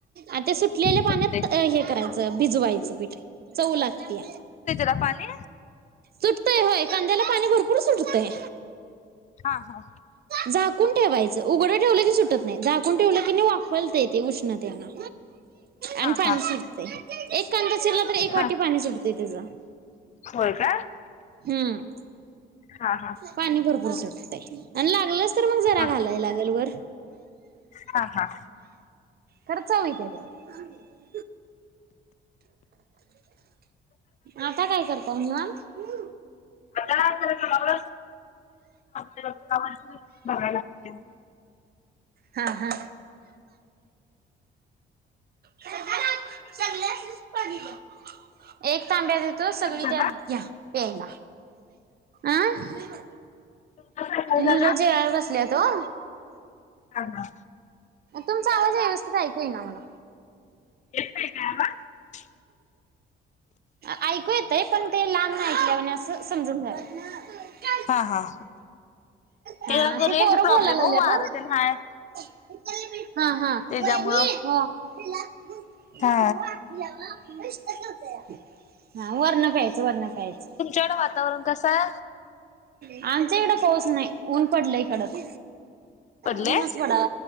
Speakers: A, on the right; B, on the left.
A: आता सुटलेल्या पाण्यात
B: सुटते
A: हे करायचं भिजवायचं पिठ चव लागते
B: ला पाणी
A: सुटतंय होय कांद्याला पाणी भर कुठ सुटतय
B: हा हा
A: झाकून ठेवायचं उघडं ठेवलं की सुटत नाही झाकून ठेवलं की नाही व वाफ तय तेे उष्णतेना आणि
B: हा
A: पाणी
B: हा
A: सुटतंय एक कांदा चिरला तर एक वाटी
B: हा
A: पाणी सुटतय तिचां
B: होय काय
A: हम्म
B: हा हा
A: पाणी भरपूर सुटत आहे आणि लागलंच तर मग जरा
B: हा
A: घालाय लागेल वर
B: हा हा
A: खर चव होईल का त्याला आता काय करत मग
B: आता तर बघाय लाग
A: हा हा चांगले अस पाणी हो एक तांब्या देतो सगळी
B: झाला
A: त्यात घ्या प्यायला अं
B: तुमचा सायकल झाला
A: मुलं जेवाय बसल्या त ओ
B: हा हा
A: तुमचा आवाज व्यवस्थित ऐकू येई ना मला
B: येतोय का आवाज
A: ऐकू येतय पण ते लांब नाही ऐकल्या म्ह असं समजून घ्याव <inaudible>
B: हा हा
A: हा
B: अग
A: ते
B: रेंज
A: पोरं
B: प्रॉब्लेम
A: बोलायला लागल्यात
B: हो वार ते हाय
A: ओ हा हा
B: त्याच्यामुळं
A: तिला दुसर
B: हा
A: वाटल ग हा वर्ण प्यायचं वर्ण काहीच
B: तुमच्याकडे वातावरण कसं आहे
A: आमचा इकडं पाऊस नाही ऊन पडलं कडक
B: पडले
A: ऊनच पडा